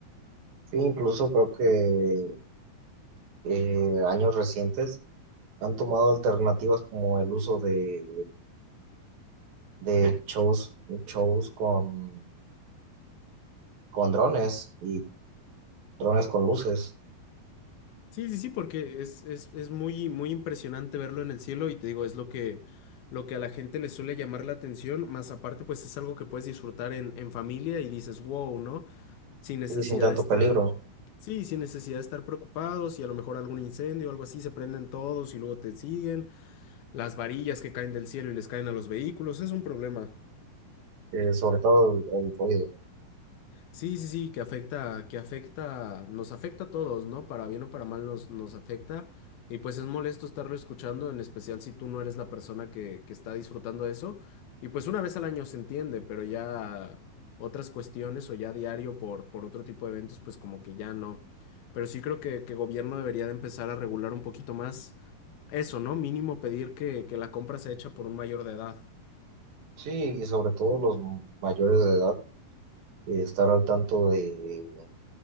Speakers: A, on the right (about 70°); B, on the left (about 80°).
A: Sí, incluso creo que eh, años recientes han tomado alternativas como el uso de, de shows, shows con, con drones y drones con luces
B: Sí, sí, sí, porque es, es, es muy, muy impresionante verlo en el cielo y te digo, es lo que, lo que a la gente le suele llamar la atención, más aparte pues es algo que puedes disfrutar en, en familia y dices, wow, ¿no? Sin necesidad
A: y sin tanto
B: de estar,
A: peligro,
B: sí, sin necesidad de estar preocupados y a lo mejor algún incendio o algo así, se prenden todos y luego te siguen, las varillas que caen del cielo y les caen a los vehículos, es un problema.
A: eh, sobre todo el, el ruido.
B: Sí, sí, sí, que afecta, que afecta, nos afecta a todos, ¿no? Para bien o para mal nos, nos afecta. Y pues es molesto estarlo escuchando, en especial si tú no eres la persona que, que está disfrutando de eso. Y pues una vez al año se entiende, pero ya otras cuestiones o ya diario por, por otro tipo de eventos, pues como que ya no. Pero sí creo que, que gobierno debería de empezar a regular un poquito más eso, ¿no? Mínimo pedir que, que la compra sea hecha por un mayor de edad.
A: Sí, y sobre todo los mayores de edad, eh, estar al tanto de,